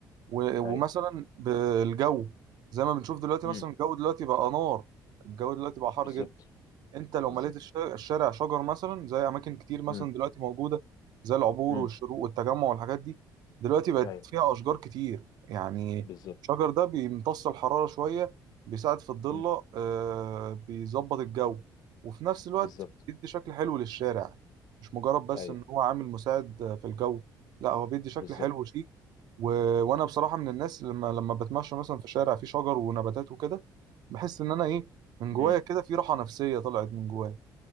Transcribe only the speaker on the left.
ايوه
امم
بالظبط
بالظبط
امم
امم
ايوه
بالظبط
امم
بالظبط
ايوه
بالظبط
امم